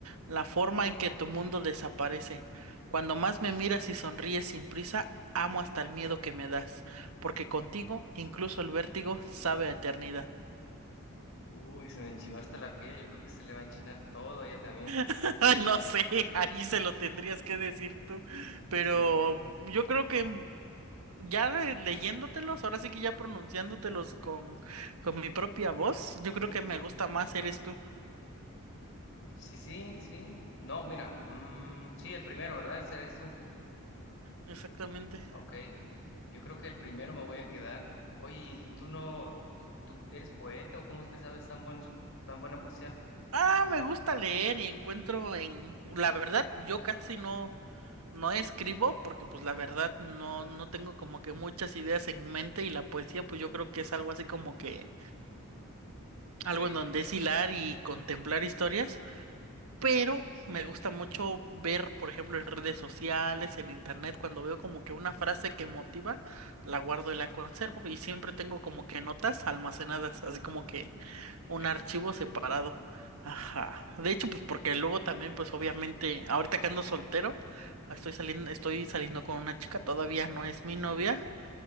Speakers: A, on the right; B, on the left.
A: la forma en que tu mundo desaparece. Cuando más me miras y sonríes sin prisa, amo hasta el miedo que me das, porque contigo incluso el vértigo sabe a eternidad.
B: Uy, se me enchinó hasta la piel. Yo creo que se le va a enchinar todo a ella también.
A: <laughs> Ay, No sé, ahí se lo tendrías que decir tú, pero
B: Sí,
A: yo creo que ya re- leyéndotelos, ahora sí que ya pronunciándotelos con, con mi propia voz, yo creo
B: sí.
A: que me gusta más eres tú.
B: Sí, sí, sí. No, mira, mm, sí, el primero, ¿verdad? Ese eres tú.
A: Exactamente.
B: Ok. Yo creo que el primero me voy a quedar. Oye, ¿y tú no, tú eres poeta o cómo es que sabes tan buenos, tan buena poesía?
A: Ah, me gusta leer y encuentro en... La verdad, yo casi no, no escribo porque pues la verdad no, no tengo como que muchas ideas en mente y la poesía pues yo creo que es algo así como que
B: Ok,
A: algo en donde es hilar y contemplar historias, pero me gusta mucho ver, por ejemplo, en redes sociales, en internet, cuando veo como que una frase que motiva, la guardo y la conservo y siempre tengo como que notas almacenadas, así como que... Un
B: ya.
A: archivo separado. Ajá. De hecho, pues porque luego también, pues obviamente, ahorita que ando soltero, estoy saliendo, estoy saliendo con una chica, todavía no es mi novia,